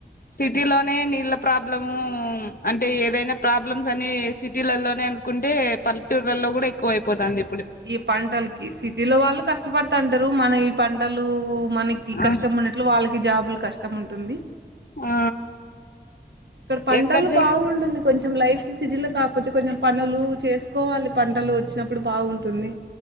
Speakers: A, on the left; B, on the right.
A: సిటీలోనే నీళ్ళ ప్రాబ్లము అంటే ఏదైనా ప్రాబ్లమ్స్ అన్ని సిటీలల్లోనే అనుకుంటే పల్లెటూర్లలో కూడా ఎక్కువ అయిపోతాంది
B: ఈ పంటలకి సిటీలో వాళ్ళు కష్టపడుత తంటరు మన ఈ పంటలు మనకి
A: ఆ
B: కష్టం ఉన్నట్లు వాళ్ళకి జాబులు కష్టం ఉంటుంది
A: ఆ
B: ఇక్కడ పంటలు
A: ఎక్కడ చూడు
B: బాగుంటుంది కొంచెం లైఫ్ సిటీలో కాకపోతే కొంచెం పనులు చేసుకోవాలి పంటలు వచ్చినప్పుడు బాగుంటుంది